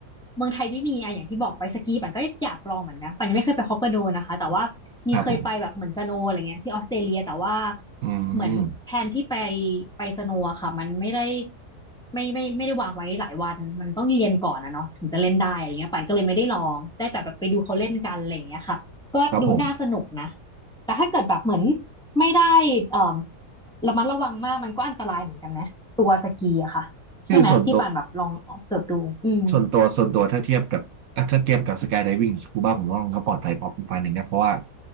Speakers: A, in the centre; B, on the right.
A: เมืองไทยไม่มีอ่ะอย่างที่บอกไปสกีปั่นก็อยากลองเหมือนกันปั่นยังไม่เคยไปฮอกไกโดนะคะแต่ว่ามีเคยไปแบบเหมือนสโนว์อะไรเงี้ยที่ออสเตรเลียแต่ว่า
B: ครับผมอืม
A: เหมือนแผนที่ไปไปสโนว์อะค่ะมันไม่ได้ไม่ไม่ไม่ได้วางไว้หลายวันมันต้องเรียนก่อนนะเนาะถึงจะเล่นได้อะไรเงี้ยปั่นก็เลยไม่ได้ลองได้แต่แบบไปดูเขาเล่นกันอะไรเงี้ยค่ะก็ดูน่าสนุกนะ
B: ครับผม
A: แต่ถ้าเกิดแบบเหมือน ไม่ได้เอ่อระมัดระวังมากมันก็อันตรายเหมือนกันนะตัวสกีอะค่ะใช่ไหมที่ป่านแบบลองเสิร์ฟดูอืม
B: คือส่วนตัวส่วนตัวส่วนตัวถ้าเทียบกับอ่ะถ้าเทียบกับสกายได i วิ่งสกูบ้าผมว่ามันก็ปลอดภัยพอประมาณหนึ่งนะเพราะว่า